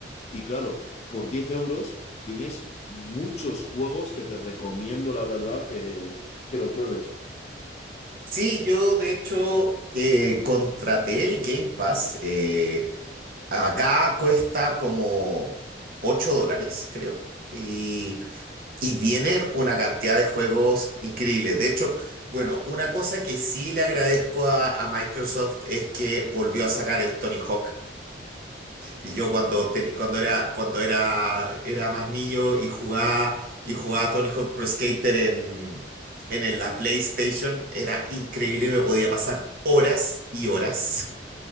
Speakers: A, on the left; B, on the right.
A: Y claro, por 10 euros tienes muchos juegos que te recomiendo, la verdad, que, que lo pruebes.
B: Sí, yo de hecho eh, contraté el Game Pass. eh, Acá cuesta como 8 dólares, creo. Y, y vienen una cantidad de juegos increíbles. De hecho, bueno, una cosa que sí le agradezco a, a Microsoft es que volvió a sacar el Tony Hawk. Y yo cuando, teni- cuando era, cuando era, era más niño y jugaba, y jugaba Tony Hawk Pro Skater en, en el- la PlayStation, era increíble, me podía pasar horas y horas